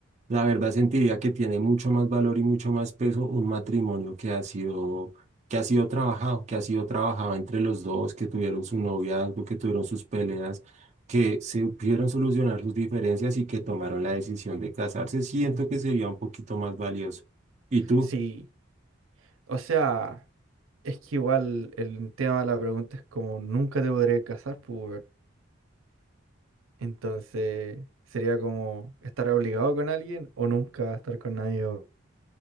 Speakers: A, on the right; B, on the right.
A: la verdad sentiría que tiene mucho más valor y mucho más peso un matrimonio que ha sido, que ha sido trabajado, que ha sido trabajado entre los dos, que tuvieron su noviazgo, que tuvieron sus peleas que supieron solucionar sus diferencias y que tomaron la decisión de casarse, siento que sería un poquito más valioso. ¿Y tú?
B: Sí. O sea, es que igual el tema de la pregunta es como nunca te podré casar, pues. Entonces, sería como estar obligado con alguien o nunca estar con nadie. o-